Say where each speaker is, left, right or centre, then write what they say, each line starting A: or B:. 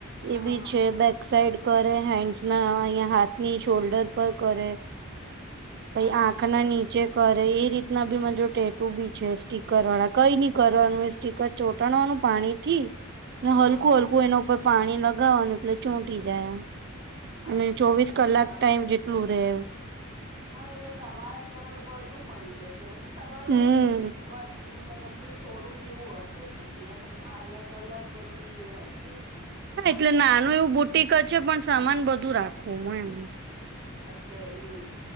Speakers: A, on the right; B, on the right.
A: હા
B: એ બી
A: હા
B: છે.
A: હા
B: બેક સાઈડ કરે હેન્ડસ ના અહિયાં હાથ ની શોલ્ડર પર કરે. પઈ
A: અચ્છા
B: આંખ ના
A: ઈ.
B: નીચે કર એ રીતના બી મારી જોડે ટેટુ બી છે. સ્ટીકર વાળા કઈ નઇ કરવાનું એ સ્ટીકર ચોટાણવાનું પાણી થી
A: હા
B: હલકું
A: હા
B: હલકું
A: હા
B: એના ઉપર પાણી લ ગાવાનું એટલે ચોંટી જાય એ અને
A: અચ્છા
B: ચોવીસ
A: તો સારું
B: કલાક ટાઈમ જેટલું રહે
A: હા એટલે તમારા ત્યાં મતલબ બધું મળી જશે હેને તમારું
B: હમ.
A: પછી વધ મોટું શોરૂમ જેવું હશે પછી એને એમાં અલગ અલગ બધી એ હશે એમાં
B: હા એટલે નાનું એવું બુટ ટીક જ છે પણ સામાન બધું રાખું હું એમ
A: અચ્છા એવું